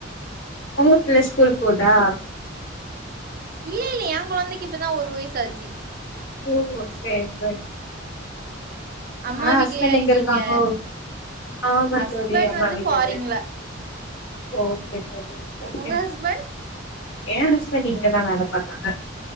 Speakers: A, on the left; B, on the right.
A: பொண்ணு பிள்ள ஸ்கூல் போதா
B: இல்ல இல்ல என் கொழந்தைக்கி இப்பதா ஒரு வயசாச்சி
A: ஓ சேரி ரட்
B: அம்மா
A: அ ஹஸ்பெண்ட்டு
B: வீட்லயா இருக்கீங்க
A: எங்க இருக்காங்கோ ஆம்மா
B: ஹஸ்பண்ட்
A: தோழி அம்மா
B: வந்து
A: வீட்லருந்த
B: ஃபாரின்ல
A: ஓகே தோழி சேரி ஓ
B: உங்க
A: எஸ்
B: ஹஸ்பண்ட்
A: எ ஹஸ்பெண்ட் இங்கதா வேலை பாக்காங்க